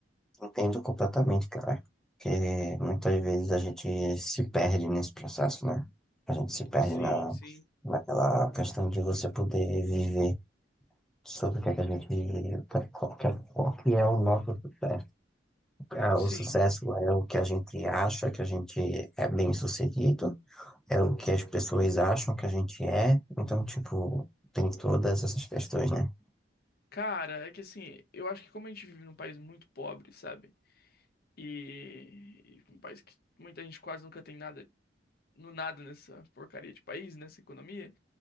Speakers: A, in the centre; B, on the left.
A: Entendo completamente, cara. Porque muitas vezes a gente se perde nesse processo, né? A gente se perde
B: Sim,
A: na,
B: sim.
A: naquela questão de você poder viver sobre o que é que a gente. Qual que é, qual que é o nosso sucesso? Ah,
B: Sim.
A: o sucesso é o que a gente acha que a gente é bem-sucedido, é o que as pessoas acham que a gente é. Então, tipo, tem todas essas questões, né?
B: Cara, é que assim, eu acho que como a gente vive num país muito pobre, sabe? E, e um país que muita gente quase nunca tem nada, no nada nessa porcaria de país, nessa economia,